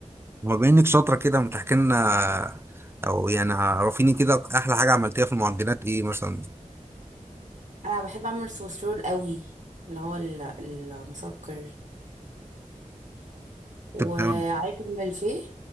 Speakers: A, on the right; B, on the right.
A: هو بما انك شاطره كده ما تحكي لنا او يعني عرفيني كده احلى حاجه عملتيها في المعجنات ايه مثلا
B: أنا بحب أعمل سويس رول قوي اللي هو ال- المسكر وعارف
A: كنت بتعمل-
B: الملفيه